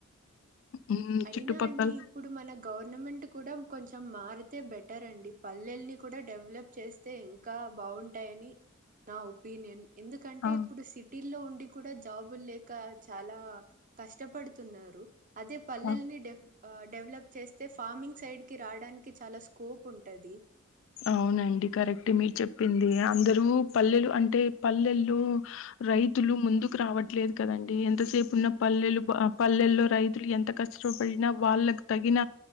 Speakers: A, on the left (about 65°); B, on the right (about 40°).
A: ఉమ్
B: అయినా
A: చుట్టుపక్కల
B: అండి ఇప్పుడు మన గవర్నమెంట్ కూడా కొంచెం మారు అయితే బెటర్ అండి ప పల్లెల్ని కూడా డెవలప్ చేస్తే ఇంకా బావుంటాయని నా ఒపీనియన్ ఎందుకంటే
A: ఆ
B: ఇప్పుడు సిటీల్లో ఉండి కూడా జాబ్ళ్ళులేక చాలా కష్టపడుతున్నారు అదే పల్లెల్ని
A: ఆ
B: డేవ్ డెవలప్ చేస్తే ఫార్మింగ్ సైడ్ కి రాడానికి చాలా స్కోప్ ఉంటది
A: అవునండి కరెక్ట్ మీరు చెప్పింది అందరు పల్లెలు అంటే పల్లెలో రైతులు ముందుకు రావట్లేదు కదండి ఎంతసేపు ఉన్న
B: అవునండి.
A: పల్లెలు అబ్ పల్లెల్లో రైతులు ఎంత కష్టపడినా వాళ్ళకు తగిన